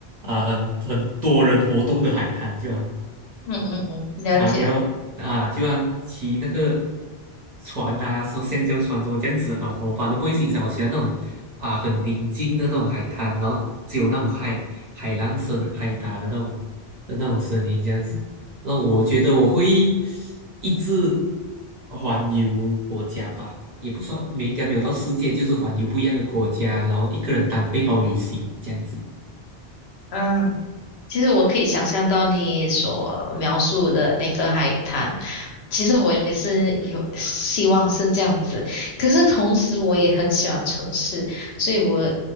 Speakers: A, on the right; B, on the left.
A: 啊，很很多人活动的海滩，就好像
B: 嗯嗯嗯，了解。
A: 好像要啊，就好像骑那个船呐，说橡胶船说这样子啊，我反正不会欣赏，我喜欢那种啊很宁静的那种海滩，然后只有那种海海浪声拍打的那种的那种声音这样子。那我觉得我会一直环游国家吧，也不算，没应该没有到世界，就是环游不一样的国家，然后一个人当背包旅行这样子。
B: 嗯，其实我可以想象到你所描述的那个海滩，其实我也是有希望是这样子，可是同时我也很喜欢城市，所以我